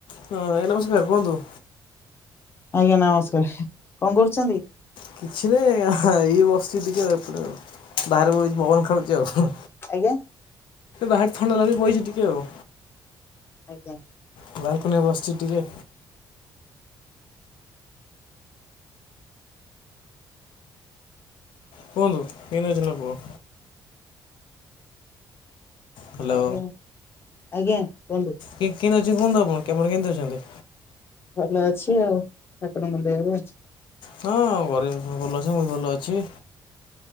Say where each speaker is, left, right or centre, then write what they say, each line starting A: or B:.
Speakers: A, on the left; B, on the left.
A: ହଁ ଆଜ୍ଞା ନମସ୍କାର କୁହନ୍ତୁ।
B: ଆଜ୍ଞା ନମସ୍କାର। କଣ କରୁଛନ୍ତି?
A: କିଛି ନାଇଁ ଆଜ୍ଞା ଏଇ ବସିଚି ଟିକେ ଏପଟେ ବାହାରେ ବଇଚି ପବନ ଖାଉ ଚିଆଉ ହୁଁ
B: ଆଜ୍ଞା
A: ବାହାରେ ଥଣ୍ଡା ଲାଗୁଚି ବଇଚି ଟିକେ ଆଉ।
B: ଆଜ୍ଞା।
A: ବାଲୁକୁନିରେ ବସିଚି ଟିକେ। କୁହନ୍ତୁ କେନେ ଅଛନ୍ତି ଆପଣ? ହ୍ୟାଲୋ
B: ଆଜ୍ଞା ଆଜ୍ଞା କୁହନ୍ତୁ।
A: କି କିନ୍ତି ଅଛି କୁହନ୍ତୁ ଆପଣ କେବଣ କେନ୍ତି ଅଛନ୍ତି?
B: ଭଲ ଅଛି ଆଉ ଠାକୁରଙ୍କ ଦୟାରୁ।
A: ହଁ ଘରେ ସମସ୍ତେ ଭଲ ଅଛି ମୁଁ ବି ଭଲ ଅଛି।